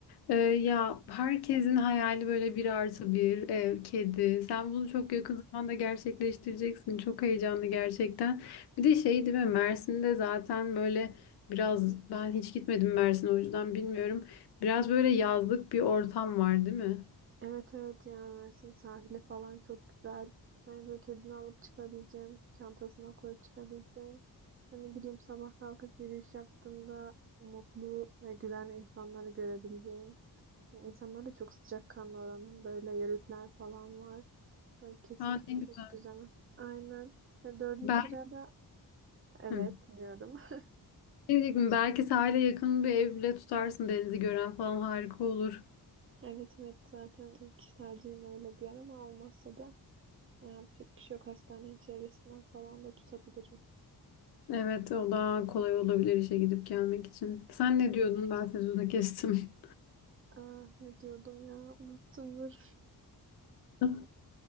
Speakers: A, on the left; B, on the right.
A: Ee, ya herkesin hayali böyle bir artı bir ev, kedi. Sen bunu çok yakın zamanda gerçekleştireceksin. Çok heyecanlı gerçekten. Bir de şey değil mi? Mersin'de zaten böyle biraz ben hiç gitmedim Mersin'e o yüzden bilmiyorum. Biraz böyle yazlık bir ortam var değil mi?
B: Evet evet yani Mersin sahili falan çok güzel. Hani böyle kedini alıp çıkabileceğin, çantasına koyup çıkabileceğin. Hani bileyim sabah kalkıp yürüyüş yaptığında mutlu ve gülen insanları görebileceğin. Yani insanlar da çok sıcakkanlı oranın böyle yörükler falan var. Yani kesinlikle
A: Aa, ne güzel.
B: çok güzel. Aynen. Ve dördüncü
A: Ben
B: sıraya da evet
A: Hı.
B: diyorum. <laughs>
A: Ne diyecektim? Belki sahile yakın bir ev bile tutarsın. Denizi gören falan harika olur.
B: Evet evet zaten ilk tercihim öyle bir yer ama olmazsa da e, yapacak bir şey yok. Hastanenin çevresinden falan da tutabilirim.
A: Evet o daha kolay olabilir işe gidip gelmek için. Sen ne diyordun? Ben sözünü kestim.
B: Aa, ne diyordum ya unuttumdur.
A: <laughs>